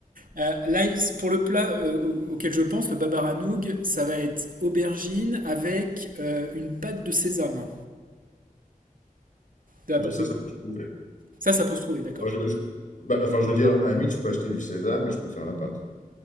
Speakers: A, on the right; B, on the left.
A: Euh, là, pour le plat euh, au- auquel je pense, le babaranoug, ça va être aubergine avec euh, une pâte de sésame. De
B: Oui,
A: la pâte
B: bah ça,
A: de-
B: ça peut se trouver.
A: Ça, ça peut se trouver, d'accord.
B: Moi, je- je- bah, enfin, je veux dire, à la limite, je peux acheter du sésame, mais je peux faire la pâte,